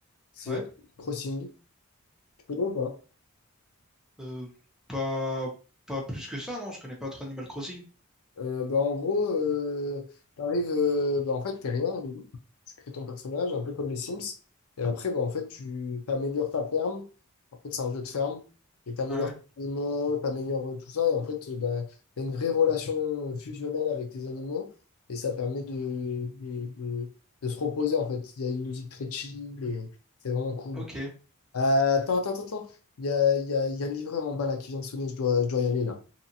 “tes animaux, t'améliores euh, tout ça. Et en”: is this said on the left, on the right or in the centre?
Left